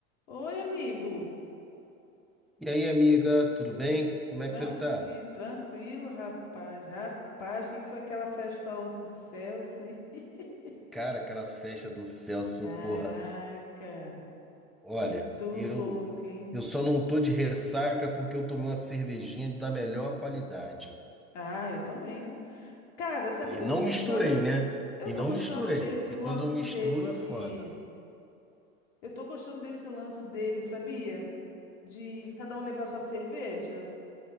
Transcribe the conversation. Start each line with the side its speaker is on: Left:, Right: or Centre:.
Left: Oi, amigo.
Centre: E aí, amiga, tudo bem? Como é
Left: Tranqui...
Centre: que você tá?
Left: Tranquilo, rapaz. Rapaz, o que que foi aquela festa ontem do Celso, hein? <laughs>
Centre: Cara, aquela festa do Celso,
Left: Caraca,
Centre: porra. Olha,
Left: muito
Centre: eu
Left: louco, hein?
Centre: eu só não tô de ressaca porque eu tomei uma cervejinha da melhor qualidade.
Left: Ah, eu também, né? Cara, sabia
Centre: E
Left: que
Centre: não
Left: eu tô gostando
Centre: misturei,
Left: de-
Centre: né?
Left: eu
Centre: E
Left: tô
Centre: não
Left: gostando
Centre: misturei,
Left: desse
Centre: que
Left: lance
Centre: quando eu misturo
Left: dele de
Centre: é foda.
Left: eu tô gostando desse lance dele, sabia? De cada um levar sua cerveja.